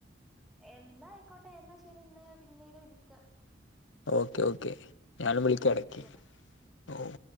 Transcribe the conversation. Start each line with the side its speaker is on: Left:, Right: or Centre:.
Centre: എന്നായ്ക്കോട്ടെ എന്നാ ശെരി എന്നാ ഞാൻ പിന്നീട് വിളിക്കാ
Left: ഓക്കെ, ഒക്കെ ഞാനും വിളിക്കാ എടക്ക്
Centre: ഓക്കെ
Left: ഓ